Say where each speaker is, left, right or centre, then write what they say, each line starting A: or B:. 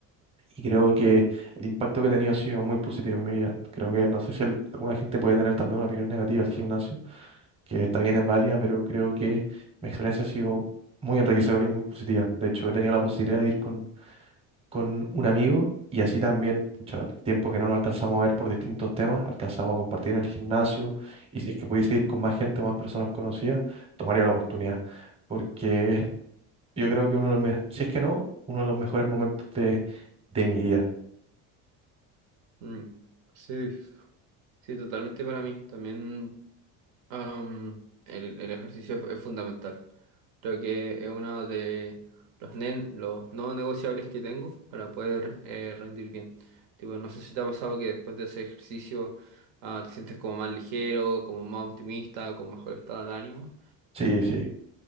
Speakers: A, on the right (about 15°); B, on the right (about 80°).
A: Y creo que el impacto que he tenido ha sido muy positivo en mi vida. Creo que no sé si al- alguna gente puede tener tal vez una opinión negativa al gimnasio, que está bien, es válida, pero creo que mi experiencia ha sido muy enriquecedora y muy positiva. De hecho, he tenido la posibilidad de ir con con un amigo y así también, pucha, el tiempo que no nos alcanzamos a ver por distintos temas, alcanzamos a compartir en el gimnasio y si es que pudiese ir con más gente o más personas conocidas, tomaría la oportunidad, porque yo creo que uno de los, me- si es que no, uno de los mejores momentos de, de mi vida.
B: Mm, Sí, sí, totalmente para mí. También am, el, el ejercicio es, es fundamental. Creo que es uno de los, nen- los no negociables que tengo para poder eh, rendir bien. Tipo, no sé si te ha pasado que después de hacer ejercicio ah, te sientes como más ligero, como más optimista, con mejor estado de ánimo.
A: Sí, sí,